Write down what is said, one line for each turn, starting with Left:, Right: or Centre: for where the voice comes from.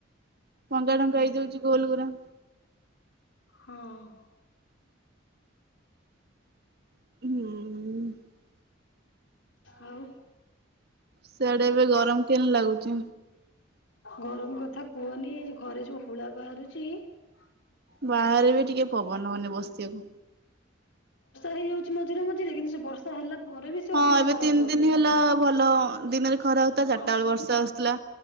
Right: ପନ୍ଦର
Left: ହୁଁ
Right: ଟଙ୍କା ହେଇଯାଉଛି
Left: ହୁଁ
Right: ଗୋଲଗୁରା।
Left: ହଁ
Right: ହୁଁ
Left: ଆଉ
Right: ସିଆଡେ ଏବେ ଗରମ କେମିତି ଲାଗୁଛି?
Left: ଗରମ କଥା କୁହନି ଘରେ ଯୋଉ ହୁଳା ବାହାରୁଚି। <inaudible> ବର୍ଷା
Right: ବାହାରେ ବି ଟିକେ ପବନ ହଉନି ବସିବାକୁ।
Left: ହେଇଯାଉଚି ମଝିରେ ମଝିରେ କିନ୍ତୁ ସେ ବର୍ଷା ହେଲା ପରେ ବି ସେ
Right: ହଁ
Left: ଅଧିକ
Right: ଏବେ
Left: ଗରମ
Right: ତିନି
Left: କରିଦଉଛି
Right: ଦିନ ହେଲା ଭଲ ଦିନରେ ଖରା ହଉଥିଲା ଚାରିଟା
Left: ହଁ
Right: ବେଳେ ବର୍ଷା ଆସୁଥିଲା।